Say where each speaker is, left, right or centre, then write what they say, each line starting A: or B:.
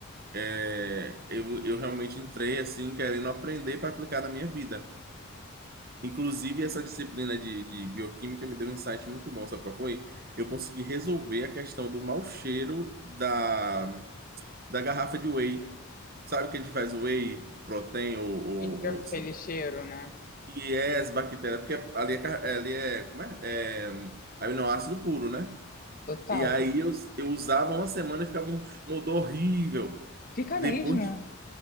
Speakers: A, on the right; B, on the left.
A: é, eu, eu realmente entrei assim, querendo aprender para aplicar na minha vida. Inclusive, essa disciplina de, de bioquímica me deu um insight muito bom, sabe qual foi? Eu consegui resolver a questão do mau cheiro da, da garrafa de whey. Sabe o que a gente faz whey protein ou, ou,
B: E fica com
A: ou- assim,
B: aquele cheiro, né?
A: e é as bactérias, porque ali é, car- ali é como é? É aminoácido puro, né?
B: Total.
A: E aí eu, eu usava uma semana e ficava um, um odor horrível.
B: Fica
A: Depois,
B: mesmo.
A: de-